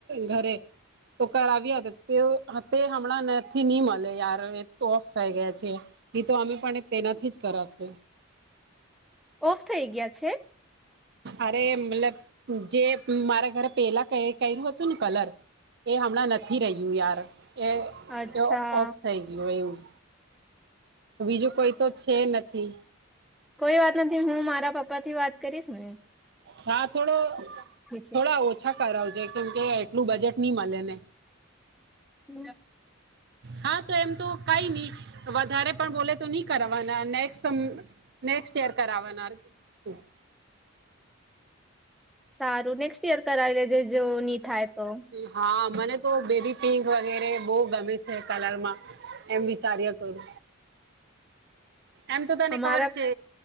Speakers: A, on the right; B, in the centre.
A: ઘરે તો કરાવ્યા હતા તે તે હમણાં નથી નહી મળે યાર એ તો ઓફ થઈ ગયા છે તો અમે પણ તેનાથી જ કરાવત
B: ઓફ થઈ ગયા છે
A: અરે મતલબ જે મારે ઘરે પેલા કર્યું હતું ને કલર એ હમણાં નથી રહ્યું યાર એ
B: અચ્છા
A: એ ઓફ થઈ ગયો એવું બીજું કોઈ તો છે નથી
B: કોઈ વાત નથી હું મારા પપ્પા થી વાત કરીશ ને એમ
A: હા થોડો
B: છે
A: થોડા ઓછા કરાવજ કેમ કે એટલું બજેટ નહી મળેને
B: હમ,
A: હા તો એમ તો કઈ નહી વધારે પણ બોલે તો નહી કરના નેક્સ્ટ નેક્સ્ટ યર કરવાના શું
B: સારું નેક્સ્ટ ઈયર કરાવી લેજ જે ની થાય તો
A: હા મને તો બેદી પિંક વગેરે બહ ગમે છે કલરમાં એમ વિચારએ કરું એમ તો તને
B: અમારા
A: ખબર છે